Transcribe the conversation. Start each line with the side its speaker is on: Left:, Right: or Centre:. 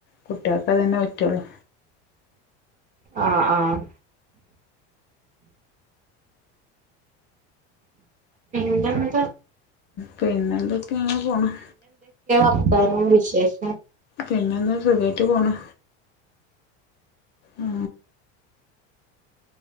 Left: കുട്ടിയാക്ക് അതന്നെ പ റ്റുള്ളു.
Right: ആഹ് ആഹ്. പിന്നെ എന്താ
Left: പിന്നെ എന്തൊക്കെ ഇങ്ങനെ പോണം.
Right: എന്തായിരുന്നു വിശേഷം.
Left: പിന്നെ ഒന്ന് സുഖ ആയിറ്റ് പോണ് ആഹ്.